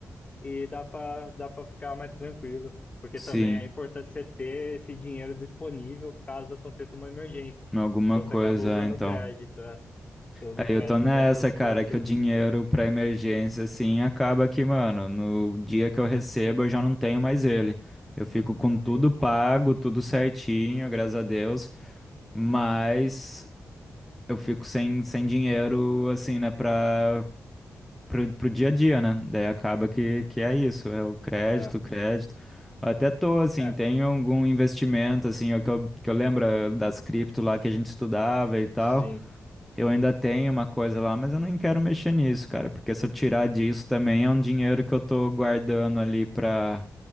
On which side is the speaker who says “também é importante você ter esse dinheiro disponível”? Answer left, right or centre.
Left